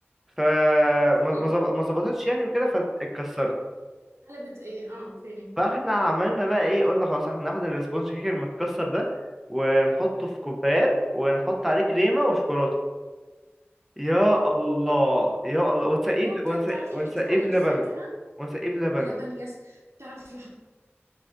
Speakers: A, in the centre; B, on the right.
A: فما
B: حلو
A: ما ظب- ما ظبطتش يعني وكده فاتكسرت
B: قلبت ايه اه اوكي
A: فاحنا عملنا بقى ايه قلنا خلاص احنا هناخد السبونج كيك المتكسر ده ونحطه في كوبايات ونحط عليه كريمة وشوكولاتة يا
B: اه
A: الله يا الله ونسقيه
B: الله
A: بل-
B: بجد
A: ونسق-
B: تعرف
A: ونسقيه
B: لو حطيت عليها
A: بلبن
B: فاكهة
A: ونسقيه بلبن
B: لبن يس تعرف لو حطيت